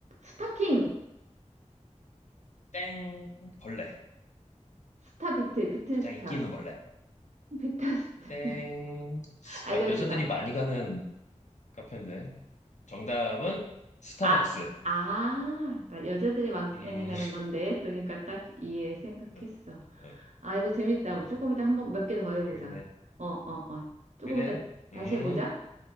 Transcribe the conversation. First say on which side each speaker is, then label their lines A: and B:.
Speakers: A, on the right (about 65°); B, on the left (about 70°).
A: 스타킹,
B: 땡 벌레
A: 스타 비트, 비트
B: 가장
A: 스타,
B: 인기 있는 벌레.
A: 비트 스타.
B: 땡.
A: <laughs> 알려주다.
B: 여, 여자들이 많이 가는 카페인데. 정답은 스타벅스.
A: 아, 아, 나 여자들이 많이
B: 음,
A: 가는 건데. 그러니까 딱 이해 생각했어.
B: <laughs> 어, 어,
A: 아, 이거 재밌다.
B: 어,
A: 우리 조금 이따 한번 몇 개 더 해보자.
B: 재밌네.
A: 어, 어, 어. 조금
B: 그래.
A: 이따 다시
B: 음.
A: 해보자.